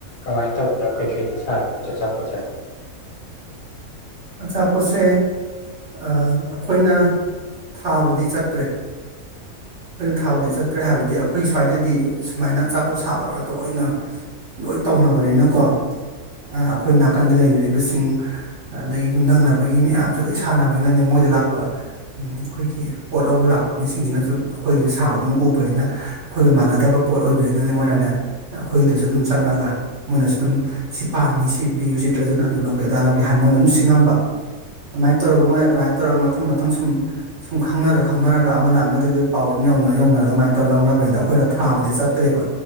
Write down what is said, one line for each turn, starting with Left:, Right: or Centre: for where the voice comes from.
Left: ꯀꯃꯥꯏꯅ ꯇꯧꯕꯅꯣ ꯀꯩꯀꯩꯗꯤ ꯁꯥꯒꯦ ꯁꯤ‌ ꯑꯆꯥꯄꯣꯠꯁꯦ
Right: ꯑꯆꯥꯄꯣꯠꯁꯦ ꯑꯩꯈꯣꯏꯅ ꯊꯥꯕꯗꯤ ꯆꯠꯇ꯭ꯔꯦ ꯑꯩꯈꯣꯏꯅ ꯊꯥꯕꯗꯤ ꯆꯠꯇ꯭ꯔꯦ ꯍꯥꯏꯕꯗꯤ ꯑꯩꯈꯣꯏ ꯁ꯭ꯋꯥꯏꯗꯗꯤ ꯁꯨꯃꯥꯏꯅ ꯑꯆꯥꯄꯣꯠ ꯁꯥꯕ ꯉꯥꯛꯇ ꯑꯣꯏꯅ ꯂꯣꯏ ꯇꯧꯅꯕꯅꯤꯅꯀꯣ ꯑꯩꯈꯣꯏ ꯅꯥꯀꯟꯗ ꯂꯩꯅꯔꯤꯕꯁꯤꯡ ꯑꯗꯒꯤ ꯌꯨꯝꯊꯪꯅꯕꯒꯤ ꯃꯌꯥꯝꯁꯦ ꯂꯣꯏ ꯁꯥꯟꯅꯕꯅꯤꯅꯅꯦ ꯃꯣꯏꯗ ꯂꯥꯛꯄ ꯑꯩꯈꯣꯏꯒꯤ ꯄꯣꯠ ꯂꯧꯕ ꯂꯥꯛꯄ ꯃꯤꯁꯤꯡꯁꯤꯅꯁꯨ ꯑꯩꯈꯣꯏꯒꯤꯁꯨ ꯁꯥꯕꯗꯨꯅ ꯎꯕꯅꯤꯅ ꯑꯩꯈꯣꯏꯒ ꯃꯥꯟꯅꯗꯕ ꯄꯣꯠ ꯑꯣꯏꯕꯅꯤꯅꯅꯦ ꯃꯣꯏꯅꯅꯦ ꯑꯩꯈꯣꯏꯒꯤꯗꯁꯨ ꯑꯗꯨꯝ ꯆꯪꯉꯛꯑꯒ ꯃꯣꯏꯅꯁꯨ ꯑꯗꯨꯝ ꯁꯤ ꯄꯥꯝꯃꯤ ꯁꯤ ꯄꯤꯌꯨ ꯁꯤ ꯗ꯭ꯔꯖꯟ ꯑꯗꯨ ꯂꯧꯒꯦ ꯑꯗꯥ ꯂꯧꯒꯦ ꯍꯥꯏ ꯃꯣꯏꯅ ꯑꯗꯨꯝ ꯁꯤꯡꯉꯝꯕ ꯑꯗꯨꯃꯥꯏꯅ ꯇꯧꯔꯒ ꯃꯣꯏ ꯑꯗꯨꯃꯥꯏꯅ ꯇꯧꯔꯒ ꯃꯊꯪ ꯃꯊꯪ ꯁꯨꯝ ꯁꯨꯝ ꯈꯪꯅꯔ ꯈꯪꯅꯔꯒ ꯑꯃꯅ ꯑꯃꯗꯒꯤ ꯄꯥꯎ ꯁꯨꯝ ꯌꯧꯅꯔ ꯌꯧꯅꯔꯒ ꯀꯃꯥꯏꯅ ꯇꯧꯔ ꯂꯧꯅꯕꯅꯤꯅ ꯑꯩꯈꯣꯏꯅ ꯊꯥꯕꯗꯤ ꯆꯠꯇ꯭ꯔꯦꯕ